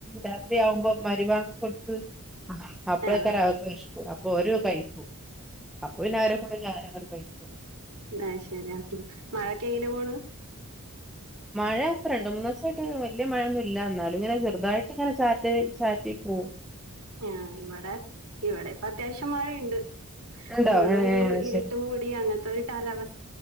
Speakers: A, in the centre; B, on the right.
A: രാത്രിയാവുമ്പോം രിഭാഗം കൊടുത്ത് അപളക്കാര
B: ആഹ്
A: അവർക്ക് വെശപ്പ് അപ്പൊ ഓര് കഴിക്കും അപ്പൊ പിന്നെ അവരെ കൂടെ ഞാനങ്ങട് കഴിക്കും
B: ആഹ്ശരിയാ മഴക്കെ എങ്ങനെ പോണ്
A: മഴ ഇപ്പ രണ്ട് മൂന്ന് ദിവസായിട്ട് വല്ല്യ മഴയൊന്നും ഇല്ല എന്നാലും ഇങ്ങനെ ചെറുതായിട്ട് ഇങ്ങനെ ചാറ്റൽ ചാറ്റി ഉം
B: ആ്ഹ് ഇവിടെ ഇവിടെ ഇപ്പ അത്യാവശ്യം മഴയുണ്ട്
A: ഉണ്ടോ
B: ഫുള്
A: ഏഹ്
B: ഒരു ഇരുട്ട
A: ശരി
B: മൂടി അങ്ങനത്തെ ഒരു കാലാവസ്ഥ